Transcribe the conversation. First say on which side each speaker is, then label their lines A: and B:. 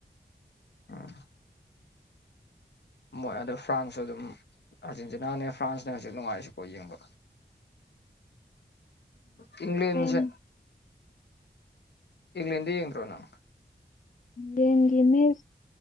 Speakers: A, on the left; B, on the left.
A: ꯎꯝ ꯃꯣꯏ ꯑꯗꯨꯗ ꯐ꯭ꯔꯥꯟꯁꯁꯨ ꯑꯗꯨꯝ ꯑꯥꯔꯖꯦꯟꯇꯤꯅꯥꯅꯦ ꯐ꯭ꯔꯥꯟꯁꯅꯦ ꯍꯧꯖꯤꯛ ꯅꯨꯡꯉꯥꯏꯔꯤꯁꯤꯀꯣ ꯌꯦꯡꯕ ꯏꯪꯂꯦꯟꯁꯦ
B: ꯎꯝ
A: ꯏꯗꯤ ꯌꯦꯡ꯭ꯔꯣ ꯅꯪ
B: ꯌꯦꯡꯒꯤ ꯃꯤ